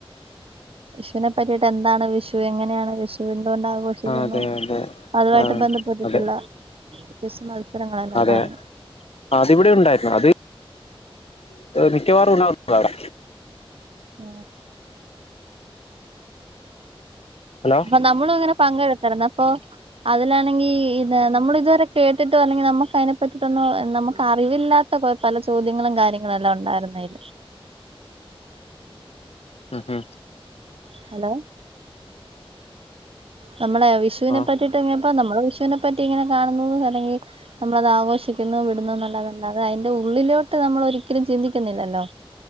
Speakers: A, on the right; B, on the left.
A: വിഷുവിനെ പറ്റിയിട്ട് എന്താണ് വിഷു എങ്ങനെയാണ് വിഷുവി എന്തുകൊണ്ട് ആഘോഷിക്കുന്നു
B: ആ അതെ അതെ
A: അതുമായിട്ട്
B: ആ
A: ബന്ധപ്പെട്ടിട്ട്
B: അതെ
A: ഉള്ള. വ്യത്യസ്ത മത്സരങ്ങളാെന്നുണ്ടായിരുന്നു.
B: അതെ അതിവിടെ ഉണ്ടായിരുന്നു അത് മിക്കവാറും ഇവിടെ ഉണ്ടാവുന്ന.
A: ഓ
B: ഹലോ
A: അപ്പൊ നമ്മള് ഇങ്ങനെ പങ്കെടുത്തിരുന്നു അപ്പൊ. അതിലാണെങ്കിൽ ഇത് നമ്മൾ ഇതുവരെ കേട്ടിട്ടോ അല്ലെങ്കിൽ നമുക്ക് അതിനെ പറ്റിട്ടൊന്നും നമുക്ക് അറിവില്ലാത്ത. കോയ്പ്പല ചോദ്യങ്ങളും കാര്യങ്ങളുയെല്ലാം ഉണ്ടായിരുന്നയില്.
B: ഉം ഉം
A: ഹലോ നമ്മളെ വിഷുവിനെ
B: ആ
A: പറ്റിട്ട് എങ്ങന ഇപ്പൊ നമ്മളെ വിഷുവിനെപ്പറ്റി ഇങ്ങനെ കാണുന്നു അല്ലെങ്കിൽ നമ്മളത് ആഘോഷിക്കുന്നു വിടുന്നു എന്നല്ലാതല്ലാതെ അയിന്റെ ഉ ഉള്ളിലോട്ട് നമ്മൾ ഒരിക്കലും ചിന്തിക്കുന്നില്ലല്ലോ